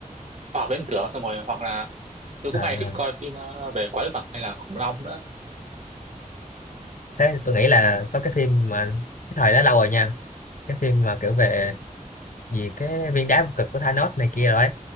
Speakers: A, on the right; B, on the left.
A: khoa học viễn tưởng xong rồi hoặc là tôi cũng
B: à
A: hay thích coi phim ờ, về quái vật hay là khủng long nữa
B: thế tôi nghĩ là có cái phim mà cái thời đó lâu rồi nha cái phim mà kiểu về gì cái viên đá vô cực của Thanos này kia rồi ấy